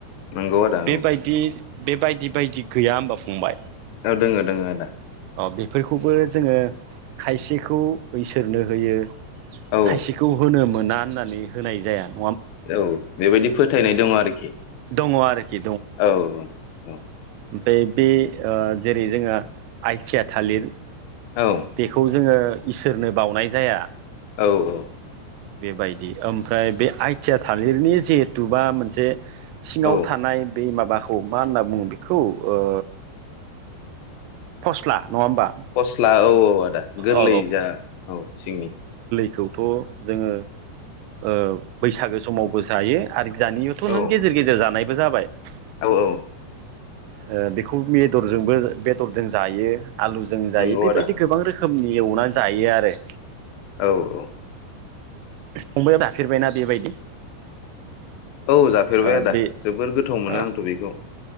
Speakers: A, on the left; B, on the right.
A: नंगौ आदा
B: बेबायदि
A: औ
B: बेबायदि बायदि गैया होमबा फंबाय?
A: ओ दोङो दोङो आदा ।
B: अ बेफोरखौबो जोङो खायसेखौ इसोरनो होयो
A: औ
B: खायसेखौ होनो मोन ना होननानै होनाय जाया ।
A: औ बेबायदि फोथायनाय दङ आरोखि
B: दङ आरोखि
A: औ औ ।
B: ओय बे ओ जेरै जोङो आइथिया थालिर
A: औ
B: बेखौ जोङो इसोरनो बावनाय जाया ।
A: औ औ
B: बेबायदि ओमफ्राय बे आइथिया थालिरनि जिहेथुुबा मोनसे सिङाव
A: औ
B: थानाय बे माबा खौ मा होनना बुङो बेखौ ओ फस्ला नङा होमबा
A: फस्ला औ औ आदा गोरलै
B: औ
A: जा औ सिंनि
B: खौथ' जोङो ओ बैसागो समावबो जायो आरो जानियावथ'
A: औ
B: नों गेजेर गेजेर जानाय बो जाबाय ।
A: औ औ
B: ओ बेखौ बेदरजोंबो बेदरदों जायो । आलुजों जायो
A: नंगौ
B: बेबायदि
A: आदा
B: गोबां रोखोम खोमनि एवनानै जायो आरो
A: औ औ
B: फंबाइया जाफेरबायना बेबायदि?
A: औ जाफेरबाय
B: ओ
A: आदा
B: बे
A: जोबोर गोथाव मोनो
B: औ
A: आंथ' बेखौ ।